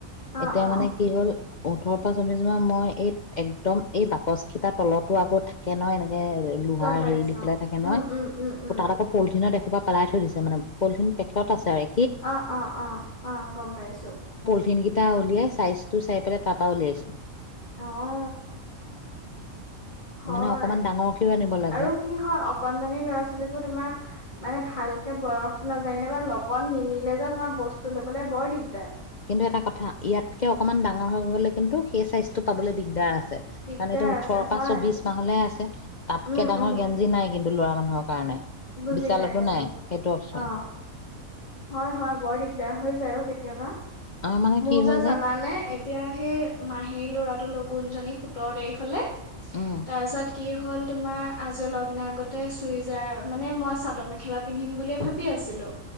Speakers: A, on the left (about 30°); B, on the left (about 70°).
A: অ',
B: এতিয়া
A: অ',
B: মানে কি হ'ল। ওঠৰৰ পৰা চৌবিশ মাহ মই এই একদম এই বাকচকেইটাৰ তলতো আকৌ থাকে নহয় এনে । লোহাৰ
A: গম পাইছো
B: হেৰি দি পেলাই
A: অ',
B: থাকে নহয়।
A: উম, উম, উম, উম।
B: পোতাহাঁতকো প। পলথিনত এসোপা পেলাই থৈ দিছে মানে পলথিন পেকট আছে আ ৰে।
A: অ অ অ অ গম পাইছো।
B: পিনকেইটা উলিয়াই চাইজটো চাই পেলাই তাৰপা উলিয়াইছো।
A: অ অ। হয়
B: মানে অকমান ডাঙৰকেও আনিব লাগে
A: আৰু কি হয় অকনমানি ল'ৰা ছোৱালীবোৰ তোমাৰ মানে ভাল বয়স নাজানিলে বা লগত নিনিলে যে তোমাৰ বস্তুু ত ল'বলৈ বৰ দিগদাৰ।
B: কিন্তুু এটা কথা ইয়াতকে অকনমান ডাঙৰ হৈ গলে কিন্তু সেই চাইজটো পাবলৈ দিগদাৰ আছে। কাৰণ
A: দিগদাৰ
B: এতিয়া ওঠৰ
A: আছে
B: পাঁ
A: হয়
B: ছবিচ মাহলে আছে তাতকে
A: উম
B: ডাঙৰ
A: উম
B: গেঞ্জি নাই কিন্তু ল'ৰা মানুহৰ কাৰণে।
A: বুজি
B: বিশালতো
A: পাইছো
B: নাই সেইটো অপচন
A: অ হয় হয় বৰ দিগদাৰ হৈ যায় অঁ কেতিয়াবা
B: আমাৰ মানে
A: মোৰ
B: কি হৈ
A: যে
B: যায়
A: জানা নে এতিয়া সেই মাহীৰ ল'ৰাটোৰ লগুণজনী সোতৰ তাৰিখলে তাৰ
B: উম
A: পিছত কি হ'ল হ'ল তোমাৰ আজি অলপ দিনৰ আগতে চুইজাৰ মানে মই চাদৰ মেখেলা পিন্ধিম বুলি ভাবি আছিলো।